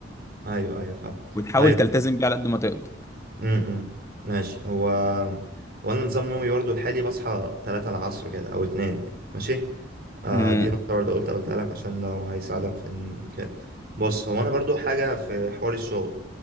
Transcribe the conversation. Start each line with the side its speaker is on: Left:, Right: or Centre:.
Right: أيوه أيوه فاهم
Left: وتحاول
Right: طيب
Left: تلتزم بيه على قد ما تقدر
Right: امم ماشي هو هو انا نظام نومي برضه الحالي بصحى 3 العصر كده او 2 ماشي آه
Left: مم.
Right: دي نقطة برضه قلت قلتها لك عشان لو هيساعدك في إن كده بص هو انا برضه حاجة في حوار الشغل